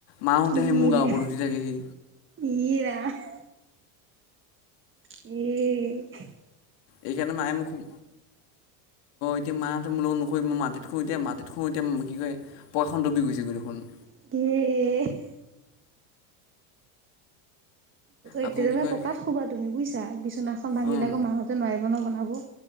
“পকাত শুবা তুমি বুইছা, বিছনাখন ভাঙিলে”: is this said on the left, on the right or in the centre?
Right